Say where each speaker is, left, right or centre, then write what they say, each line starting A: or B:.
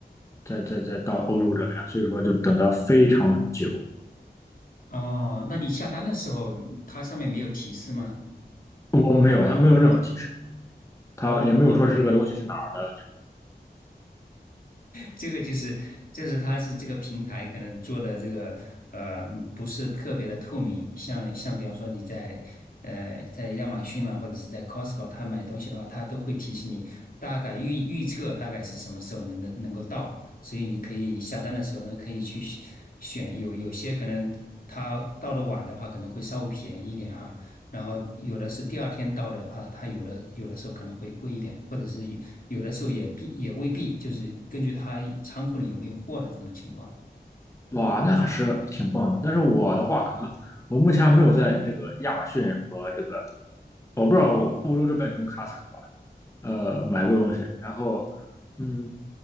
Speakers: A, on the left; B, on the left.
A: 再再再到欧洲这边，所以说就等得非常久。
B: 哦，那你下单的时候，它上面没有提示吗？
A: 我没有，他没有任何提示，他也没有说是这个东西是哪儿的。
B: 哦，这个就是，这是它是这个平台可能做的这个呃不是特别的透明，像像比方说你在呃在亚马逊啦、或者是在 Costco 它买东西的话，它都会提醒你大概预预测大概是什么时候能的能够到，所以你可以下单的时候呢可以去选，有有些可能它到的晚的话可能会稍微便宜一点哈，然后有的是第二天到的话，它有的有的时候可能会贵一点，或者是有的时候也必也未必，就是根据它仓库里有没有货的这种情况。
A: 哇，那还是挺棒的。但是我的话，可能我目前还没有在这个亚马逊和这个，我不知道欧洲这边有没有 Costco 啊呃，买过东西。然后，嗯，